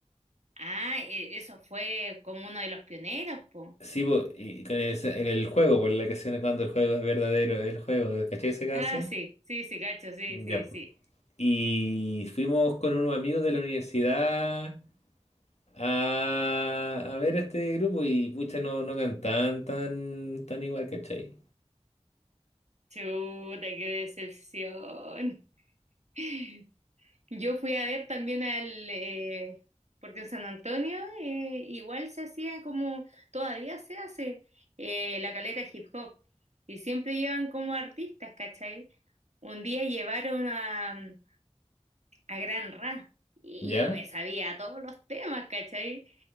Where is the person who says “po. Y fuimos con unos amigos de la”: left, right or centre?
Left